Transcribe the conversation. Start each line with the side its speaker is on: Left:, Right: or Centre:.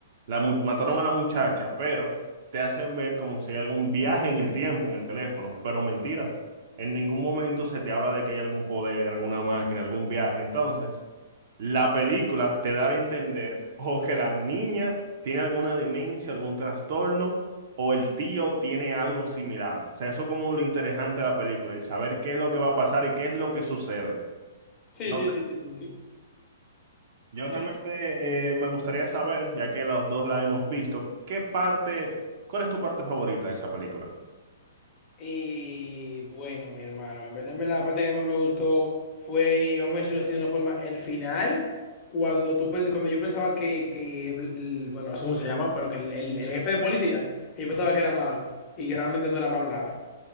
Right: la mu- mataron a la muchacha, pero te hacen ver como si hay algún viaje en el tiempo, en el teléfono, pero mentira. En ningún momento se te habla de que hay algún poder, alguna máquina, algún viaje. Entonces, la película te da a entender o que la niña tiene alguna demencia, algún trastorno, o el tío tiene algo similar. O sea, eso es como lo interesante de la película, el saber qué es lo que va a pasar y qué es lo que sucede.
Left: Sí,
Right: No,
Left: sí, sí, sí, sí,
Right: yo realmente
Left: sí.
Right: eh, me gustaría saber, ya que los dos la hemos visto, ¿qué parte, cuál es tu parte favorita de esa película?
Left: Y bueno, mi hermano, en verdad, en verdad, la parte que más me gustó fue, vamos a decirlo así de una forma, el final, cuando tú, pen- cuando yo pensaba que, que el- bueno, no sé cómo se llama, pero que el, el- el jefe de policía, que yo pensaba que era malo, y que realmente no era malo nada,